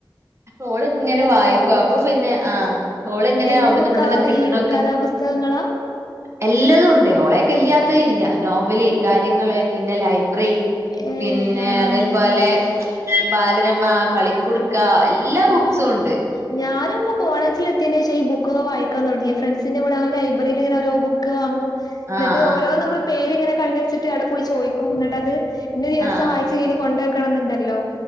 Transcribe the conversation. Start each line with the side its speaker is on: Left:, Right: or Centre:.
Right: ഓള് ഇങ്ങനെ
Left: ബുക്കോ
Right: വായിക്കു അപ്പൊ പിന്നെ ആ ഓള് ഇങ്ങനെ
Left: എന്ത്
Right: അവ്ട്ന്നും
Left: ബുക്കാ
Right: ഇവട്ന്നും കിട്ട്ണൊക്കെ
Left: ഈ കഥാപുസ്തകങ്ങളാ
Right: എല്ലതുണ്ട് ഓളെക്കെ ഇല്ലാത്ത ഇല്ല നോവല് കാര്യങ്ങള് പിന്നെ ലൈബ്രറി
Left: ഏ
Right: പിന്നെ
Left: ആഹ്
Right: അതേപോലെ ബാലരമ കളിക്കുടു ക്ക എല്ലാ
Left: ആഹ്
Right: ബുക്സു ഉണ്ട്
Left: ഞാനും ഇപ്പ കോളേജില് എത്തിയെന്റെഷ ഈ ബുക്കൊക്ക വായിക്കാൻ തോട്ങ്ങിയ ഫ്രണ്ട്സിന്റെ കൂടെ ലൈബ്രറിയില് ഇങ്ങനെ ഓരോ ബുക്ക് വാങ്ങും
Right: ആഹ്
Left: ന്നട്ട്
Right: ആഹ്
Left: ഓരോ നമ്മ പേര് ഇങ്ങനെ കണ്ടച്ട്ട് അവ്ടെ പോയി ചോയ്ക്കൂ ന്നട്ട് അത് ഇന്ന ദിവസം
Right: ആഹ്
Left: വായിച്ച് കഴിഞ് കൊണ്ടെക്കണം ന്ന്ണ്ടല്ലോ